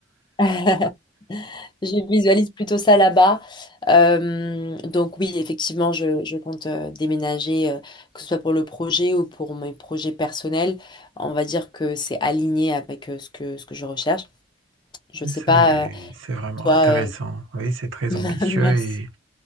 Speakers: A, on the left (about 25°); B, on the right (about 75°).
A: <laughs> Je visualise plutôt ça là-bas. Euh, donc oui, effectivement, je, je compte euh, déménager, euh, que ce soit pour le projet ou pour mes projets personnels. On va dire que c'est aligné avec euh, ce que, ce que je recherche. Je sais
B: C'est,
A: pas, euh,
B: c'est vraiment
A: toi...
B: intéressant.
A: euh,
B: Oui, c'est très
A: <laughs>
B: ambitieux
A: Merci.
B: et